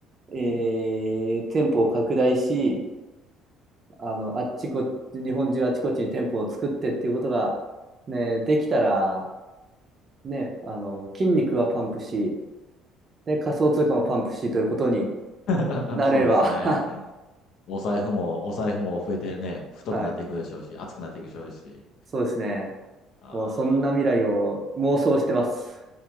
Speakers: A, on the right; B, on the left.
A: え
B: うん
A: ー、店舗を拡大し、あの、あっちこっち、日本中あっちこっちに店舗を作ってっていうことが、ね、できたら、ね、あの、筋肉はパンプし、で、仮想通貨もパンプしということに
B: <laughs>
A: なれれば、
B: そうですね。
A: <laughs>
B: お財布も、お財布も増えてね、太くなっていくでしょうし、
A: はい、
B: 厚くなっていくでしょうし。
A: そうですね。
B: あーまあ
A: もうそんな未来を妄想してます。